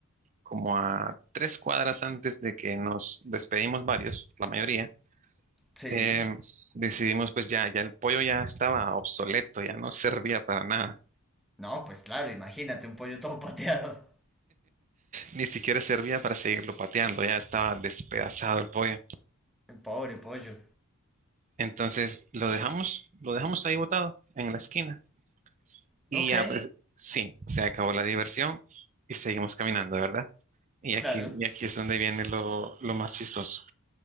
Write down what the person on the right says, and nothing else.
como a tres cuadras antes de que nos despedimos varios, la mayoría,
eh, decidimos pues ya, ya el pollo ya estaba obsoleto, ya no servía para nada,
ni siquiera servía para seguirlo pateando, ya estaba despedazado el pollo.
Entonces lo dejamos, lo dejamos ahí botado en la esquina. Y
ya, pues sí, se acabó la diversión y seguimos caminando, ¿verdad? Y
aquí, y aquí es donde viene lo, lo más chistoso.